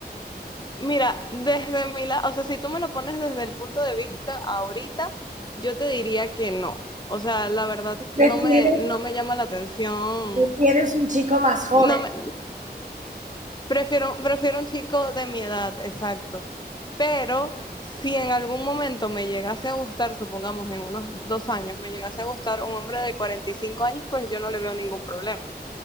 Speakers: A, on the left (about 25°); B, on the right (about 45°).
A: Mira, desde mi lado, o sea, si tú me lo pones desde el punto de vista ahorita, yo te diría que no. O sea, la verdad,
B: ¿Prefieres,
A: no me, no me llama la atención.
B: prefieres un chico más joven?
A: No me, prefiero, prefiero un chico de mi edad, exacto. Pero si en algún momento me llegase a gustar, supongamos en unos dos años, me llegase a gustar un hombre de 45 años, pues yo no le veo ningún problema.